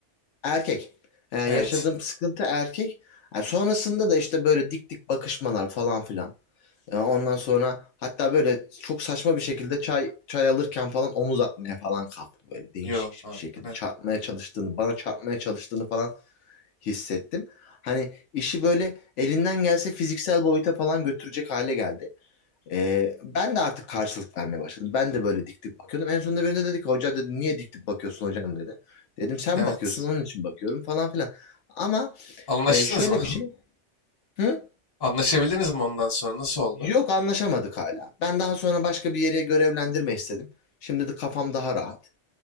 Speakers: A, on the left; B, on the left.
A: Erkek. E, yaşadığım
B: Evet.
A: sıkıntı erkek. E, sonrasında da işte böyle dik dik bakışmalar falan filan. Ya Ondan sonra hatta böyle çok saçma bir şekilde çay çay alırken falan omuz atmaya falan kalktı böyle değişik
B: Yo. Ha,
A: bir şekilde
B: bu ne?
A: çarpmaya çalıştığını, bana çarpmaya çalıştığını falan hissettim. Hani işi böyle elinden gelse fiziksel boyuta falan götürecek hale geldi. Ee, ben de artık karşılık vermeye başladım. Ben de böyle dik dik bakıyordum. En sonunda birine dedi ki hoca dedi niye dik dik bakıyorsun hocam dedi. Dedim sen
B: Evet.
A: bakıyorsun onun için bakıyorum falan filan. Ama
B: Anlaştınız
A: e, şöyle
B: mı?
A: bir şey. Hı?
B: <laughs> Anlaşabildiniz mi ondan sonra? Nasıl oldu?
A: Yok anlaşamadık hala. Ben daha sonra başka bir yere görevlendirme istedim. Şimdi de kafam daha rahat.